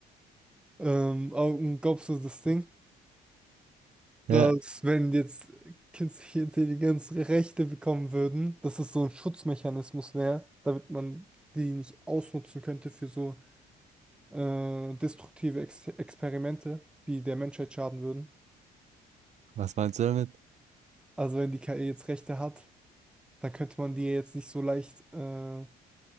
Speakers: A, in the centre; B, on the right (about 45°).
A: Ähm, Augen, glaubst du das Ding,
B: Ja,
A: dass wenn jetzt künstliche Intelligenz Rechte bekommen würden, dass es so ein Schutzmechanismus wäre, damit man die nicht ausnutzen könnte für so äh, destruktive Ex Experimente, die der Menschheit schaden würden?
B: was meinst du damit? <laughs>
A: Also wenn die KI jetzt Rechte hat, dann könnte man die ja jetzt nicht so leicht, äh, dann